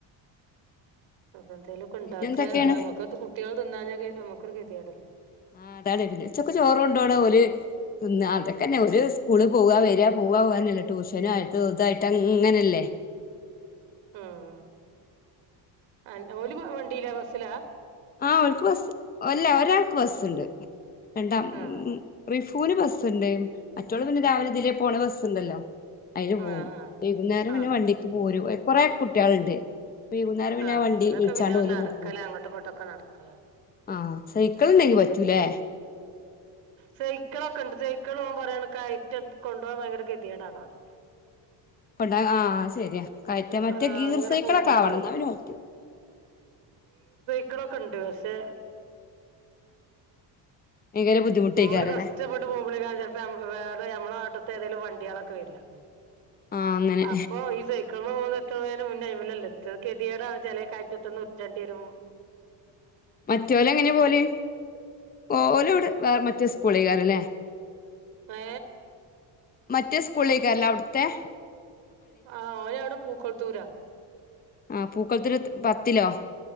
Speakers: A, on the right; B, on the left.
A: എത്തെ ലെക്കെ ഉണ്ടാകാ
B: പിന്നെ എന്തൊക്കേണ്
A: ഞമ്മക്കത് കുട്ടി ആൾ തിന്നാഞ്ഞാഞമക്കത് ഗതിയാടല്ലേ
B: ആ <unintelligible> ഉച്ചക്കെ ചോറൊണ്ടോ ക്ണ ഓല്
A: ഉം
B: തിന്നാഅതൊക്കെന്നെ ഒരു സ്കൂള് പോവ വരിക പോവ പോാനല്ല ട്യൂഷനും ആയിട്ട് ഇതായിട്ട് അങ്ങനല്ലേ
A: ഉം അൻ ഓൽവണ്ടിയിലാ ബസ്സിലാ
B: ആഓൽക്ക്ബസ് അല്ല ഒരാൾക്ക് ബസ്സ്ണ്ട്
A: ആഹ്
B: രണ്ട
A: ആഹ്
B: <unintelligible> പൂന് ബസ്ണ്ട് മറ്റോള് പിന്നെ രാവിലെ തിലെ പോണ ബസ്സുണ്ടല്ലോ അയില് പോകും
A: ആഹ്
B: വൈകുന്നേരം
A: ആഹ്
B: പിന്നെ വണ്ടിക്ക് പോരു കുറെ കുട്ടികളുണ്ട് വൈകുന്നേരം പിന്നെ
A: ആഹ്
B: വണ്ടി
A: ഇവലൊക്കെ
B: വിളിച്ചാണ്ട്
A: പിന്നെ
B: ഓല്
A: നടക്കല
B: <unintelligible>
A: അങ്ങോട്ടും ഇങ്ങോട്ടൊക്കെ നടക്കല
B: ആഹ സൈക്കിൾ ഉണ്ടെങ്കി പറ്റൂലേ
A: സൈക്കിളൊക്കെ ഉണ്ട് സൈക്കിൾ പോകാൻ പറയണ കയറ്റം കൊണ്ടു പോകാൻ ഭയങ്കര ഗതിയേടാണോ <inaudible>
B: <unintelligible> ശെരിയാ കയറ്റ മറ്റേ
A: ആഹ്
B: ഗീർ
A: അങ്ങനെ
B: സൈക്കിളൊക്കെ
A: പോകുമ്പോളേ
B: ആവണംന്ന <unintelligible>
A: മക്കളൊക്കെണ്ട്ക്ഷെ
B: ഭയങ്കര ബുദ്ധിമുട്ടേക്കാരല്ലേ
A: ഓല കഷ്ടപ്പെട്ട് പോകുമ്പോളേയ്ക്കാരം ചെല്ലപ്പൊ <unintelligible> ന്നട്ട് ഏതങ്കിലും വണ്ട്യാള് ഒക്കെ വരാ
B: ആ അങ്ങനെ
A: അപ്പോ ഇത് <unintelligible> മൂന്ന <unintelligible> എത്തുന്നേന് മുന്നേ അയ്മലല്ലേ എത്താ അത് കെ ത്യേടാവുംചെലകയറ്റത്തന്ന് ഉര്‌റ്റേണ്ടി രും <inaudible>
B: മ, റ്റോ ലെങ്ങനെല എങ്ങനെ പോലെ ഓല. ഇട് വേറെ മറ്റേ സ്കൂളിക്കാരല്ലേ
A: ഏ
B: മറ്റേ സ്കൂളേക്കല്ല അവിടത്തെ
A: ആഹ ഓന അവിടെ പൂക്കൾത്തൂരാ
B: ആ പൂക്കളത്തില്രു പത്തിലോ